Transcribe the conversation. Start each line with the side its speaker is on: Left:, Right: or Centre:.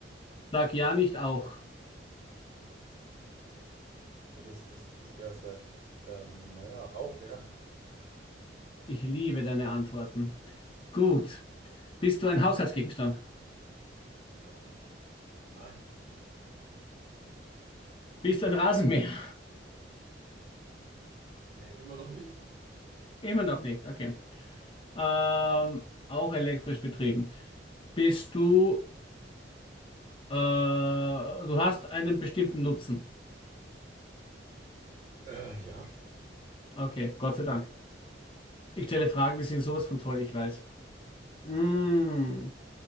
Left: Sag ja nicht auch.
Right: ja, das, das, das wäre es ja. Ähm, naja, auch, ja.
Left: Ich liebe deine Antworten. Gut. Bist du ein Haushaltsgegenstand?
Right: Ähm, nein.
Left: Bist du ein Rasenmäher?
Right: Nee, immer noch nicht.
Left: <laughs> Immer noch nicht, okay. Ähm, auch elektrisch betrieben. Bist du, äh, du hast einen bestimmten Nutzen.
Right: Äh, ja.
Left: Okay, Gott sei Dank. Ich stelle Fragen, die sind sowas von toll, ich weiß. Mm.